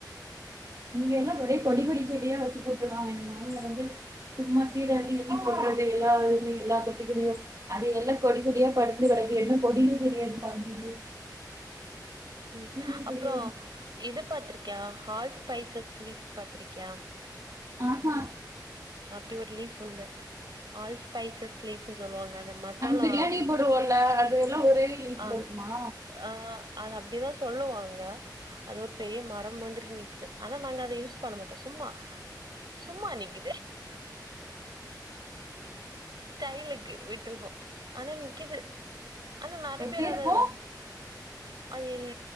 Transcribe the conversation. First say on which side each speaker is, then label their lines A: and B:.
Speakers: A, on the right; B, on the right.
A: இங்க எல்லா
B: ம்.
A: ஒரே கொடி கொடி செடியா வெச்சிர் போட்ருகாங்க எங் மாமியார் வந்து சும்மா ஸீட் அள்ளி எங்கியு போட்றது எல்லா இதுலயு எல்லா தொட்டி குள்ளயு அது எல்லா கொடி கொடியா படந்து கெடக்கு என்னா கொடினே தெரியாது பாதி இது
B: ம்
A: நேமே
B: அப்றோ
A: தெரியாது
B: இது பத் துருக்யா ஹால் ஸ்பைசஸ் லீஃப் பாத்ருக்யா
A: ஆ ஹா
B: அப்டி ஒரு லீஃப் உண்டு ஆல் ஸ்பைசஸ் லீஃப்பு சொல்வாங்க அது மசாலா
A: நம்ம பிரியாணி போடுவோல்ல அது எல்லா ஒரே லீஃப்ல
B: அ ஆ
A: இருக்குமா
B: அ அது அப்டிதா சொல்லுவாங்க அது ஒரு பெரிய மரம் மாதிரி நிக்குது ஆனா நாங்க அத யூஸ் பண்ண மாட்டோ சும் ம்மா சும்மா நிக்குது ஸ்டைலுக்கு விட்ருக்கோ ஆனா நிக்கிது ஆனா நெற
A: எப்டி
B: பேர்
A: இருக்கு
B: அத அது ல்